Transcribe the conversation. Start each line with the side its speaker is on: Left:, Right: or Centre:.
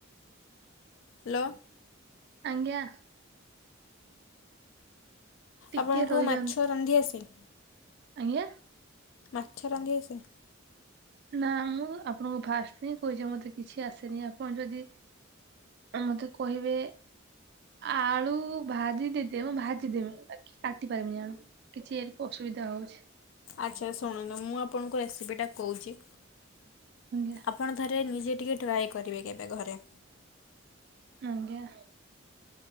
Left: ହାଲୋ।
Right: ଆଜ୍ଞା। ଟିକେ
Left: ଆପଣଙ୍କୁ
Right: ରହିଯାଆନ୍ତୁ
Left: ମାଛ ରାନ୍ଧି ଆସେ।
Right: ଆଜ୍ଞା।
Left: ମାଛ ରାନ୍ଧି ଆସେ।
Right: ନା ମୁଁ ଆପଣଙ୍କୁ ଫାଷ୍ଟ ହିଁ କହିଛି ମତେ କିଛି ଆସେନି ଆପଣ ଯଦି ଏ ମତେ କହିବେ ଆଳୁ ଭାଜି ଦେଇଦ ମୁଁ ଭାଜିଦେବି କି କାଟି ପାରିବିନି ଆଳୁ। କିଛି ଏର କୁ ଅସୁବିଧା ହଉଛି।
Left: ଆଚ୍ଛା ଶୁଣନ୍ତୁ ମୁଁ ଆପଣଙ୍କୁ ରେସିପିଟା କହୁଛି।
Right: ଆଜ୍ଞା।
Left: ଆପଣ ଥରେ ନିଜେ ଟିକେ ଟ୍ରାଏ କରିବେ କେବେ ଘରେ।
Right: ଆଜ୍ଞା।